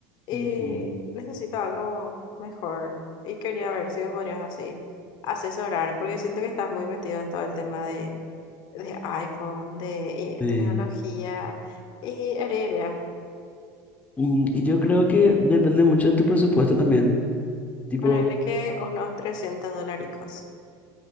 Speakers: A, on the left; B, on the left.
A: y
B: ujú.
A: necesito algo mejor. Y quería ver si me podrías así asesorar, porque siento que estás muy metido en todo el tema de de iPhone, de eh,
B: Sí.
A: tecnología y heredia.
B: Mm, Y yo creo que depende mucho de tu presupuesto también. Tipo,
A: Ponerle que unos trescientos dólares.